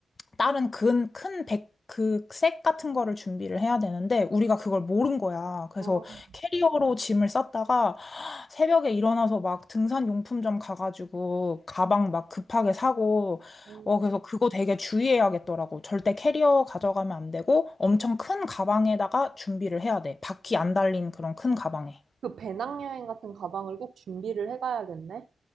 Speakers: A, on the left; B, on the right.
A: 다른 큰, 큰 백, 그색 같은 거를 준비를 해야 되는데 우리가 그걸 모른 거야. 그래서
B: 아,
A: 캐리어로 짐을 쌌다가 새벽에 일어나서 막 등산 용품점 가가지고 가방 막 급하게 사고
B: 음.
A: 어 그래서 그거 되게 주의해야겠더라고. 절대 캐리어 가져가면 안 되고 엄청 큰 가방에다가 준비를 해야 돼. 바퀴 안 달린 그런 큰 가방에.
B: 그 배낭여행 같은 가방을 꼭 준비를 해가야겠네.